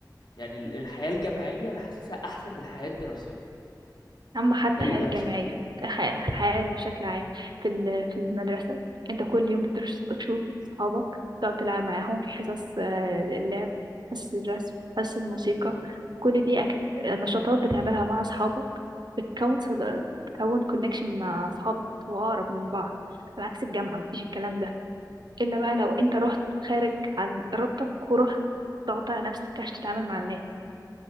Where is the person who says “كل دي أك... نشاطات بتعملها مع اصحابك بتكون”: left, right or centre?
Right